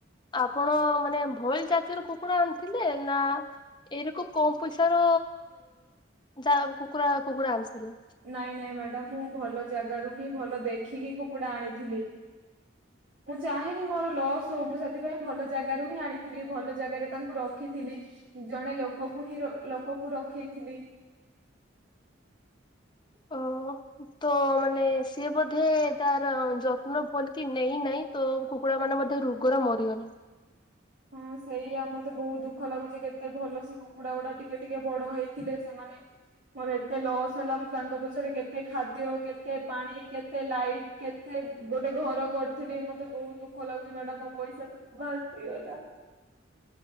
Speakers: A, on the left; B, on the right.
A: ଆପଣ ମାନେ ଭଇଲ ଜତିର କୁକୁଡା ଆଣିଥିଲେ ନା ଏଇରକ କମ ପଇସା ର ଯା କୁକୁଡ଼ା କୁକୁଡା ଆଣିଥିଲେ।
B: ନାଇଁ ନାଇଁ ମ୍ୟାଡ଼ାାମ ମୁଁ ଭଲ ଜାଗାରୁ ହିଁ ଭଲ ଦେଖିକି କୁକୁଡ଼ା ଆଣିଥିଲି। ମୁଁ ଚାହେଁନି ମୋର ଲସ୍ ହଉ ମୁଁ ସେଥିପାଇଁ ଭଲ ଜାଗାରୁ ହିଁ ଆଣିଥିଲି, ଭଲ ଜାଗାରେ ତାଙ୍କୁ ରଖିଥିଲି। ଜଣେ ଲୋକକୁ ହିଁ ଲୋକକୁ ରଖେଇଥିଲି।
A: ଓ ତ ମାନେ ସିଏ ବୋଧେ ତାର ଯତ୍ନ ଭଲ କି ନେଇନାହିଁ। ତ କୁକୁଡ଼ା ମାନେ ମଧ୍ୟ ରୋଗରେ ମରିଗଲେ।
B: ହଁ ସେଇଆ ମତେ ବହୁତ ଦୁଃଖ ଲାଗୁଛି, କେତେ ଭଲ ସେ କୁକୁଡା ଗୁଡା ଟିକେ ଟିକେ ବଡ ହେଇଥିଲେ ସେମାନେ ମୋର ଏତେ ଲସ୍ ହେଲା, ମୁଁ ତାଙ୍କ ପଛରେ କେତେ ଖାଦ୍ୟ କେତେ ପାଣି କେତେ ଲାଇଟ୍। କେତେ ଗୋଟେ ଘର କରିଥିଲି ମତେ ବହୁତ ଦୁଃଖ ଲାଗୁଛି ମ୍ୟାଡାାମ ମୋ ପଇସା ସବୁ ବାାସିଗଲା।